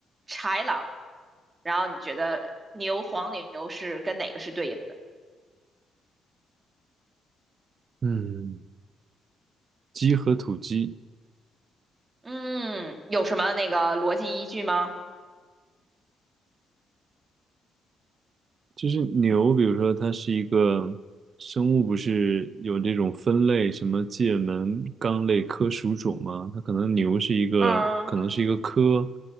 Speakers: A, on the right; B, on the right.
A: 豺狼。然后你觉得牛、黄牛是跟哪个是对应的？
B: 嗯，鸡和土鸡，
A: 嗯，有什么那个逻辑依据吗？
B: 就是牛，比如说它是一个生物，不是有这种分类，什么界门纲类科属种吗？它可能牛是一个，
A: 嗯
B: 可能是一个科，